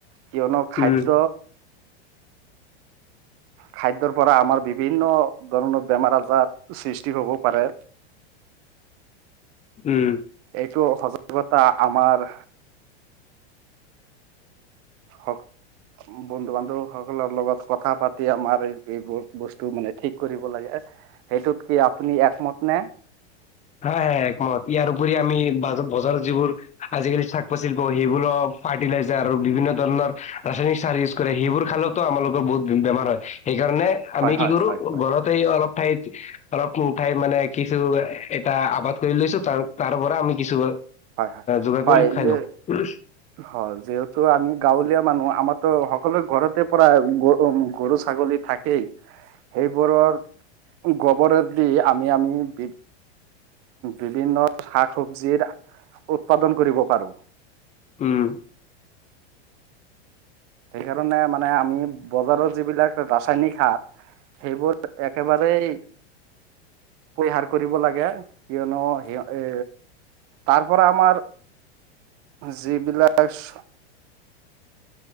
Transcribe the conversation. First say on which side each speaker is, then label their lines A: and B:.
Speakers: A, on the right; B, on the left.
A: কিয়নো খাদ্য
B: উম,
A: খাদ্যৰ পৰা আমাৰ বিভিন্ন ধৰণৰ বেমাৰ আজাৰ সৃষ্টি হ'ব পাৰে
B: উম।
A: এইটো সজাগতা আমাৰ হওক বন্ধু বান্ধৱ হওক। লগত কথা পাতি আমাৰ এই বস্তু মানে ঠিক কৰিব লাগে সেইটোত কি আপুনি একমত নে?
B: হা হা একমত ইয়াৰ উপৰি আমি বজাৰত যিবোৰ আজিকালি শাক পাচলি সেইবোৰও ফাৰ্টিলাইজাৰ আৰু বিভিন্ন ধৰণৰ ৰাসায়নিক চাৰ ইউজ কৰে সেইবোৰ খালতো আমালোকৰ বহুত বেমাৰ হয় সেই সেইকাৰণে
A: হয়
B: আমি
A: হয়
B: কি কৰো
A: হয় হয়
B: ঘৰতেই অলপ ঠাইত অলপ ঠাইত মানে কিছু এটা আবাদ কৰি লৈছো তাৰ তাৰ পৰা আমি কিছু
A: হয় হয়
B: যোগাৰ
A: হয়
B: কৰি খাই
A: যে
B: লওঁ।
A: হয় যিহেতু আমি গাঁৱলীয়া মানুহ আমাৰো সকলো ঘৰত তে পৰা গৰু গৰু ছাগলী থাকেই। সেইবোৰৰ গোবৰে দি আমি আমি বি বিভিন্ন শাক সবজিৰ উৎপাদন কৰিব পাৰো।
B: উম,
A: সেইকাৰণে মানে আমি বজাৰৰ যিবিলাক ৰাসায়নিক সাৰ। সেইবোৰ একেবাৰেই পৰিহাৰ কৰিব লাগে কিয়নো সি এ তাৰ পৰাৰা আমাৰ যিবিলাক